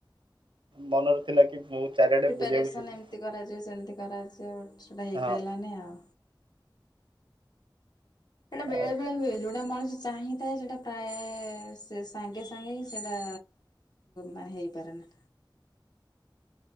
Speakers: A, on the right; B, on the left.
A: ମନରେ ଥିଲା କି ମୁଁ ଚାରିଆଡେ
B: ପ୍ରିପାରେସନ
A: ବୁଲିବାକୁ ଯିବି
B: ଏମିତି କରାଯିବ ସେମିତି କରାଯିବ ସେଟା ହେଇପାରିଲାନି
A: ହଁ
B: ଆଉ। ସେଇଟା ବେଳେ
A: ଆଉ
B: ବେଳେ ହୁଏ ଯୋଉଟା ମଣିଷ ଚାହିଁଥାଏ ସେଟା ପ୍ରାୟ ସେ ସାଙ୍ଗେ ସାଙ୍ଗେ ହିଁ ସେଟା ମାନେ ହେଇପାରେ ନା।